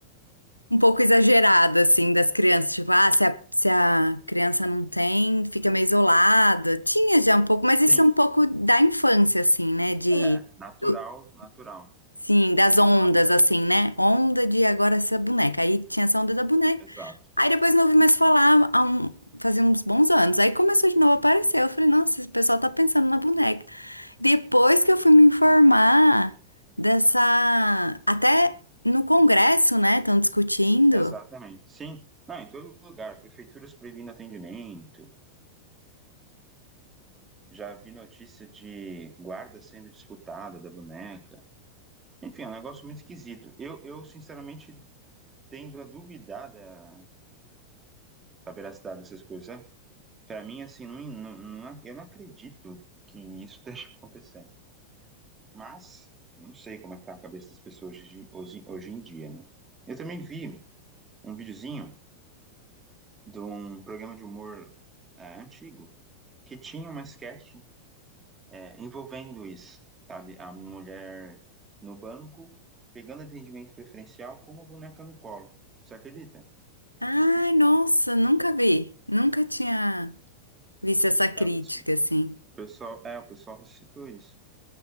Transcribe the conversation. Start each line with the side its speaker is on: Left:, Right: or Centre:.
Left: um pouco exagerada, assim, das crianças. Tipo, ah, se a, se a criança não tem, fica meio isolada. Tinha já um pouco, mas isso
Right: sim.
Left: é um pouco da infância, assim, né? De,
Right: É, natural,
Left: do-
Right: natural,
Left: sim, das
Right: da
Left: ondas,
Right: infância.
Left: assim, né? Onda de agora essa boneca. Aí tinha essa onda da boneca.
Right: Exato,
Left: Aí depois não ouvi mais falar há um, fazia uns bons anos. Aí começou de novo a aparecer. Eu falei, nossa, esse pessoal tá pensando na boneca. Depois que eu fui me informar dessa. Até no Congresso, né? Estão discutindo.
Right: exatamente. Sim, não, em todo lugar. Prefeituras proibindo atendimento. Já vi notícia de guarda sendo disputada da boneca. Enfim, é um negócio muito esquisito. Eu, eu sinceramente, tendo a duvidar da, da veracidade dessas coisas, sabe? Pra mim, assim, não, não, não- eu não acredito que isso <laughs> esteja acontecendo. Mas, não sei como é que tá a cabeça das pessoas hoje, hoje, hoje em dia, né? Eu também vi um videozinho de um programa de humor ah, antigo que tinha uma sketch é, envolvendo isso, sabe? A mulher no banco, pegando atendimento preferencial com uma boneca no colo. Você acredita?
Left: Ai, nossa, nunca vi. Nunca tinha visto essa crítica,
Right: É, o pessoal,
Left: assim.
Right: o pessoal- é, o pessoal ressuscitou isso.